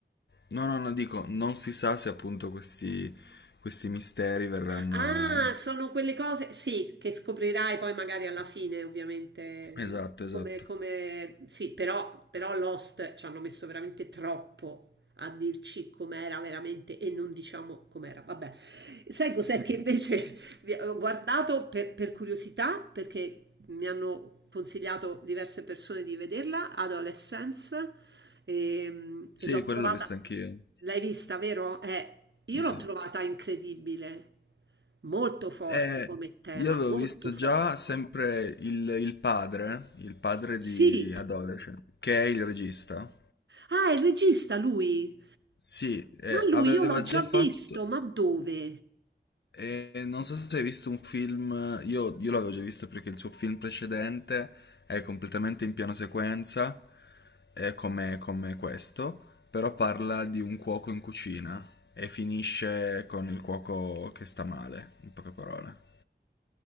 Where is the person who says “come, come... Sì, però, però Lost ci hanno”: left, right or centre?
Right